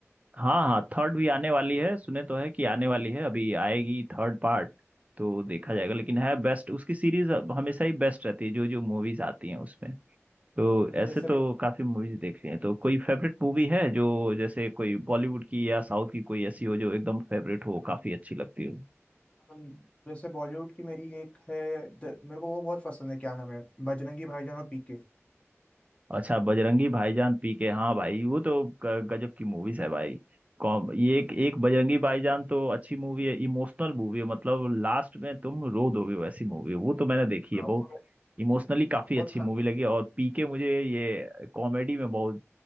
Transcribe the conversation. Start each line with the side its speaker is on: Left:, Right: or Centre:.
Right: हाँ हाँ थर्ड भी आने वाली है सुने तो है कि आने वाली है अभी आएगी थर्ड पार्ट तो देखा जाएगा लेकिन है बेस्ट उसकी सीरीज हमेशा ही बेस्ट रहती है जो जो मूवीज आती हैं उसमें तो
Left: अभी
Right: ऐसे
Left: जैसे
Right: तो
Left: भी
Right: काफी मूवीज देख ली हैं तो कोई फेवरेट मूवी है जो जैसे कोई बॉलीवुड की या साउथ की कोई ऐसी हो जो एकदम फेवरेट हो काफी अच्छी लगती हो
Left: हम- जैसे बॉलीवुड की मेरी एक है द- मेरे को वो बहुत पसंद है क्या नाम है बजरंगी भाईजान और पीके
Right: अच्छा बजरंगी भाईजान पी के हाँ भाई वो तो ग- गजब की मूवीज है भाई कॉम ये
Left: क्योंकि
Right: एक एक बजरंगी भाईजान तो अच्छी मूवी है इमोशनल मूवी है मतलब लास्ट में तुम रो दोगे वैसी मूवी है वो तो मैंने देखी है
Left: वो
Right: बहुत इमोशनली काफी
Left: बहुत
Right: अच्छी मूवी लगी और पी के मुझे ये कॉमेडी में बहुत